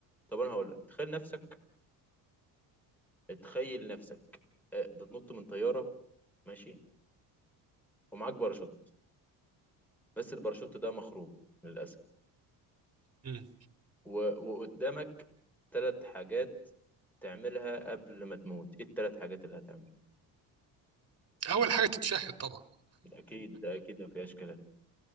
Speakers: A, in the centre; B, on the right.
A: طب انا هقول لك تخيل نفسك تخيل نفسك آه، بتنط من طياره ماشي ومعاك باراشوت بس الباراشوت ده مخروب للاسف
B: مم.
A: و... وقدامك ثلاث حاجات تعملها قبل ما تموت ايه الثلاث حاجات اللي هتعملها
B: اول حاجه تتشهد طبعا
A: ده اكيد ده اكيد ما فيهاش كلام